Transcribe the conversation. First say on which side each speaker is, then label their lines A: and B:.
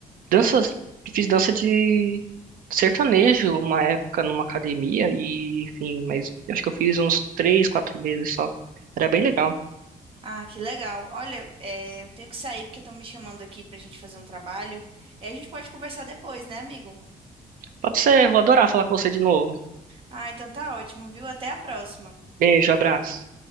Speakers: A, on the right; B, on the right.
A: danças, fiz dança de sertanejo uma época numa academia e, enfim, mas acho que eu fiz uns três, quatro meses só. Era bem legal.
B: Ah, que legal. Olha, é, eu tenho que sair porque estão me chamando aqui pra gente fazer um trabalho. É, a gente pode conversar depois, né, amigo?
A: Pode ser, vou adorar falar com você de novo.
B: Ah, então tá ótimo, viu? Até a próxima.
A: Beijo, abraço.